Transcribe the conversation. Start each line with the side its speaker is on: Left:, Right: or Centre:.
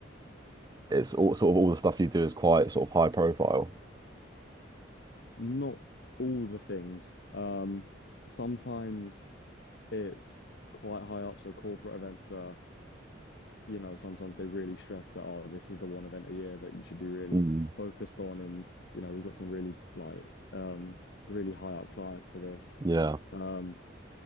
Right: it's all sort of all the stuff you do is quite sort of high profile.
Left: Not all the things. Um, sometimes it's quite high up, so corporate events are, you know, sometimes they really stress that, oh, this is the one event a year that you should be really
Right: Mm,
Left: focused on, and you know, we've got some really like um really high up clients for this.
Right: yeah.
Left: Um,